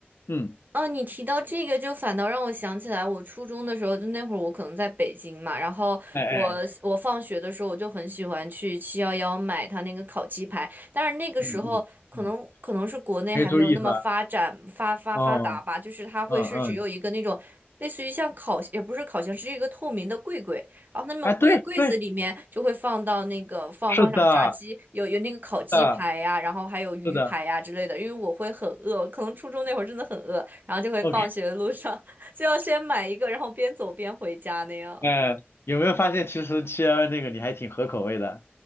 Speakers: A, on the left (about 80°); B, on the right (about 50°).
A: 嗯，
B: 哦，你提到这个，就反倒让我想起来，我初中的时候，就那会儿我可能在北京嘛，然后我我放学的时候，
A: 哎哎，
B: 我就很喜欢去七幺幺买他那个烤鸡排，但是那个时候可能可能是国内还没有那么发展发发发达吧，
A: 嗯嗯嗯，没注意是吧？哦，
B: 就是它会是只有一个那种类似于像烤，
A: 嗯嗯，
B: 也不是烤箱，是一个透明的柜柜，然后，那么柜柜子里面就会放到那个放放上炸鸡，
A: 哎，对对，是的，
B: 有有那个烤鸡排呀、
A: 嗯，
B: 然后还有鱼排呀、
A: 是的
B: 之类的。因为我会很饿，可能初中那会儿真的很饿，然后就会放学路上
A: ，OK，
B: <laughs> 就要先买一个，然后边走边回家那样，
A: 哎，有没有发现其实七幺幺那个你还挺合口味的，